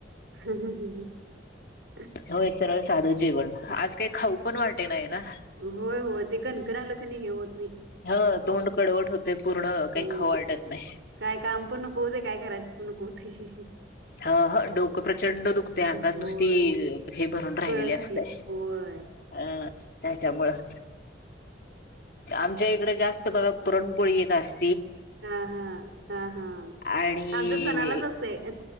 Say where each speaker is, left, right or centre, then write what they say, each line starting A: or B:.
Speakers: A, on the right; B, on the left.
A: हम्म ह हम
B: होय सरळ साधं जेवण आज काही खाऊ पण वाटे नाही ना
A: होय होय ते कणकर आलं की नाय हे होत नाही
B: हो तोंड कडवट होतंय पूर्ण
A: हो
B: काही खाऊ वाटत नाही.
A: काय काम पण नको होते काय करायचं <inaudible>
B: ह हं डोकं प्रचंड दुखते अंगात
A: होय
B: नुसती हे भरून राहिलेली
A: कळ घातल्यास
B: असते
A: होय
B: अं त्याच्यामुळं आमच्या इकडे जास् बघा पुरणपोळी एक आस
A: हा हा हा हा
B: आणि
A: आमचं सणालाच असतंय.